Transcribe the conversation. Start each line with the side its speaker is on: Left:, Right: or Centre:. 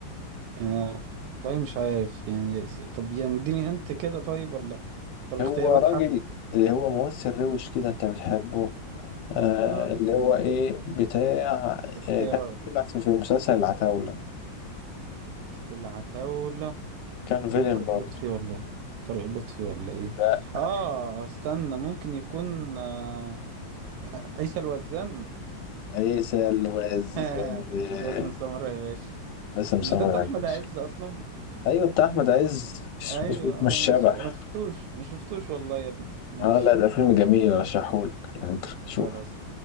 Right: آه... طيب مش عارف يعني يا س- طب يعني اديني هنت كده طيب ولا طب
Left: هو
Right: اختيارات
Left: راجل
Right: حتى
Left: اللي هو ممثل روش كده انت بتحبه آه
Right: اه
Left: اللي هو ايه بتاع
Right: اختيارات
Left: آه كان طلع في, في مسلسل العتاولة
Right: العتاولة
Left: كان فيلن
Right: هو طارق
Left: برضه
Right: اللطفي ولا ايه طارق اللطفي ولا ايه
Left: لا
Right: اه استنى ممكن يكون آه عيسى الوزان
Left: عيسى الواز
Right: <laughs>
Left: آه
Right: باسم سمرة يا باشا
Left: باسم سمرة
Right: مش ده بتاع
Left: عباس
Right: احمد عز اصلا
Left: ايوه بتاع احمد عز مش
Right: ايوه اه
Left: مش شبح
Right: ماشي انا شفتوش ما شفتوش والله يا ابني ماشي
Left: اه لا ده فيلم جميل ارشحهولك على فكرة شوف
Right: خلاص